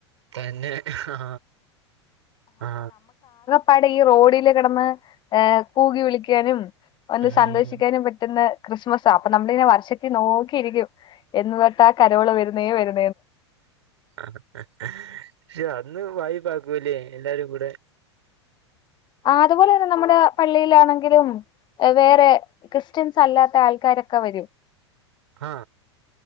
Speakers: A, on the right; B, on the left.
A: തന്നെ ആ ആ
B: പാടെ ഈ റോഡിൽ കിടന്ന് കൂകി വിളിക്കാനും ഒന്ന്
A: ഉം
B: സന്തോഷിക്കാനും പറ്റ്ന്ന ക്രിസ്മസ അപ്പ നമ്മളിങ്ങനെ വർഷത്തി നോക്കിയിരിക്കും എന്ന് തൊട്ടാ കരോള് വര് നീ വര്
A: ആ പക്ഷെ അന്ന് വായ്പാക്കൂല്ലേ എല്ലാരും കൂടെ
B: ആ അതുപോലെ തന്നെ നമ്മ്ടെ പള്ളിയിലാണെങ്കിലും വേറെ ക്രിസ്ത്യൻസ് അല്ലാത്ത ആൾക്കാരൊക്കെ വരും
A: ആ